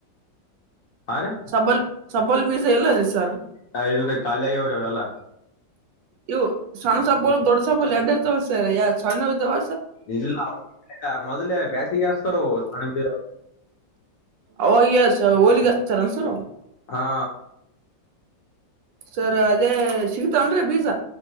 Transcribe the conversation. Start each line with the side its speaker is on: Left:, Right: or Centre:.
Left: ಹಾ ರೀ
Right: ಸಬಲ್ ಸಬಲ್ ಬೀಜ ಎಲ್ಲರೀ ಸರ್
Left: ಹ ಎಲ್ರಿ ಖಾಲಿ ಆಗ್ಯಾವರಿ ಅವೆಲ್ಲ
Right: ಇವು ಸಣ್ಣ ಸಬ ದೊಡ್ಡ ಸಬಲ್ ಎರಡ್ ಇರ್ತಾವ ಸಯಾ ಸಣ್ಣ ಇದ್ದಾವ
Left: ಇಲ್ಲ ಮೊದಲೇ ಬೇಸಿಗೆಸ್ತಾರ ಅವ ಸಣ್ಣವ ಇದ್ದಿದ್ರ್
Right: ಅವಾಗ ಹೋಲಿಗೆಚ್ತಾರ ಏನ್ ಸರ್
Left: ಹಾ
Right: ಸರ್ ಅದೇ ಸಿಗ್ತಾವನರಿ ಬೀಜ.